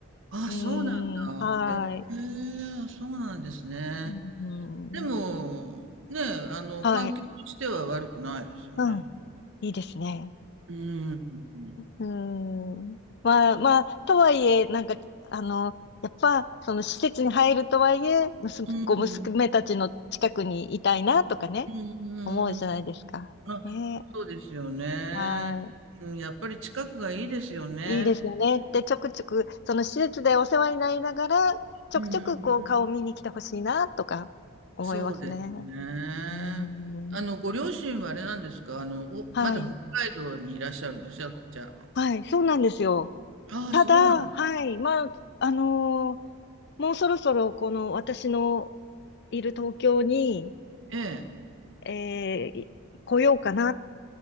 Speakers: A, on the right (about 60°); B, on the left (about 50°).
A: あ、
B: うーん、
A: そうなんだ。
B: はい。
A: ええそうなんですね。
B: うん、
A: でも、ね、あの、
B: はい。
A: 環境としては悪くないですよね。
B: うん、いいですね。
A: うん。
B: うーん。まあまあ、
A: そ、う
B: とはいえ、なんか、あの、やっぱ、その施設に入るとはいえ、息子、
A: ん、
B: こう娘たちの近くにいたいなとかね、
A: うん、
B: 思うじゃないですか。
A: うん。あ、
B: ね。
A: そうですよね。
B: は
A: うん、やっぱり近くがいいですよね。
B: い。いいですよね。で、ちょくちょく、その施設でお世話になりながら、ちょくちょくこう顔を見に来てほしいなとか思いますね。
A: うん、うん、うん。そうですね。
B: うー
A: あの、
B: ん。
A: ご両親はあれなんですかあの、お、
B: はい。
A: まだ北海道にいらっしゃるんですじゃあ、じゃ
B: はい。そうなんですよ。
A: あ。
B: ただ、
A: ああ、そうなん、
B: はい、まあ、あのーもうそろそろこの私のいる東京に、
A: ええ。
B: えーい来ようかなっ